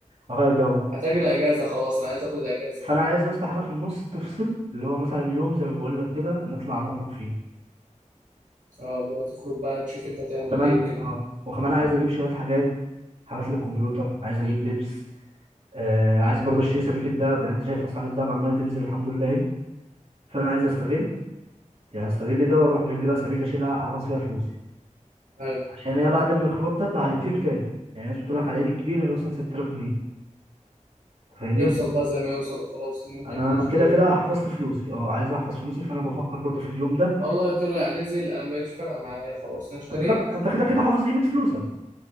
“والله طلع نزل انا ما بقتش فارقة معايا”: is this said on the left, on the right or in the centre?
Right